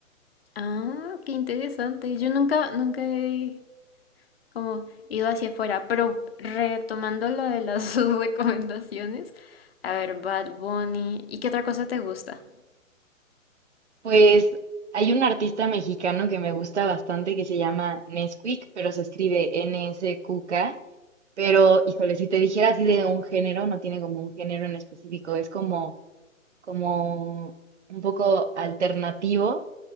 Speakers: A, on the left; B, on the right.
A: Ah, qué interesante. Yo nunca, nunca he como ido hacia afuera, pero retomando lo de las <laughs> recomendaciones, a ver, Bad Bunny, ¿y qué otra cosa te gusta?
B: Pues hay un artista mexicano que me gusta bastante que se llama Nesquik, pero se escribe N-S-Q-K. Pero, híjole, si te dijera así de un género, no tiene como un género en específico, es como, como un poco alternativo.